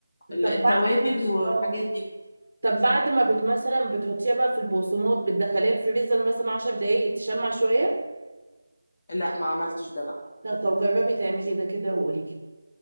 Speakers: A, on the left; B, on the right.
A: ال-
B: طب
A: التوابل
B: بعد
A: والحاجات
B: اه
A: دي
B: طب بعد ما بت مثلا بتحطيها بقى في البقسماط بتدخليها الفريزر مثلا 10 دقايق تشمع شويه
A: لا ما عملتش ده بقى
B: ط- طب جربي تعملي ده كده وقولي لي